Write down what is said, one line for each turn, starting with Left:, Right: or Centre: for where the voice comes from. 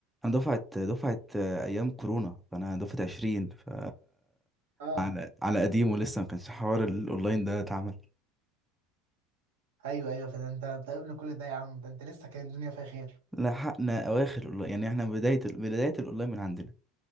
Centre: انا دفعه دفعه آه، ايام كورونا فانا دفعه 20 ف
Right: اه
Centre: على على قديم ولسه ما كانش حوار الاونلاين ده اتعمل
Right: ايوه ايوه فده انت انت قبل كل ده يا عم ده انت لسه كان الدنيا فيها خير
Centre: لحقنا اواخر الأونلاين- يعني احنا بداية بداية الاونلاين من عندنا